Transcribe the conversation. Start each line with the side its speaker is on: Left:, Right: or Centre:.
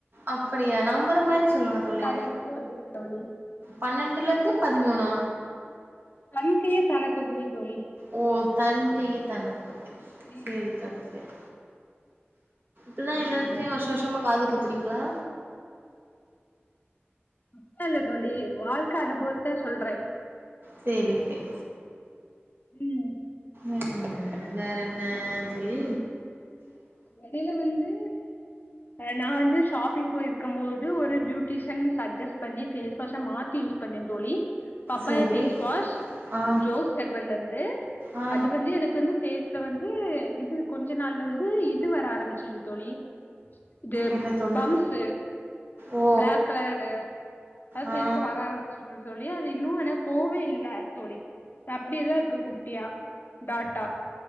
Right: அப்டியா நம்பற மாதிரி சொல்லுங்க தோழி
Left: தனக்கு உதவி தோழி
Right: பன்னெண்டுல இருந்து பதிமூணு
Left: தன் கையே தனக்குதவி தோழி
Right: ஓ தன் கையே தனக்குத்த
Left: ம்
Right: சேரி தோழி சேரி இப்டிதா
Left: ஆமா
Right: எல்லாருட்டையு
Left: தோழி
Right: வருஷ வருஷமா காது குத்துறீங்களா
Left: அப்ப இல்ல தோழி வாழ்க்க அனுபவத்த சொல்ற
Right: சேரி சேரி
Left: ம்
Right: ம் வேற என்ன தோழி
Left: எடையில வந்து நா வந்து ஷாப்பிங் போயிருக்கும் போது ஒரு பியூட்டிஷியன் சஜஸ்ட் பண்ணி ஃபேஸ் வாஷ மாத் யூஸ் பண்ண தோழி பப்பாயா
Right: சேரி
Left: ஃபேஸ் வாஷ்
Right: ஆ
Left: ஜோஸ் ஹேர்பன்லருந்து
Right: ஆ
Left: அது வந்து எனக்கு வந்து ஃபேஸ் ல வந்து இது கொஞ்ச நாள்ல வந்து இது வர ஆரம்பிச்சிருச்சு தோழி இது
Right: என்ன தோழி
Left: பம்ஸ்ஸு
Right: ஓ
Left: பிளாக் கலர்டு அது
Right: ஆ
Left: பேஸ்ல வரா ச்சிடு தோழி அது இன்னு எனக்கு போவே இல்ல தோழி அப்டியே தா இருக்கு குட்டியா டாட்டா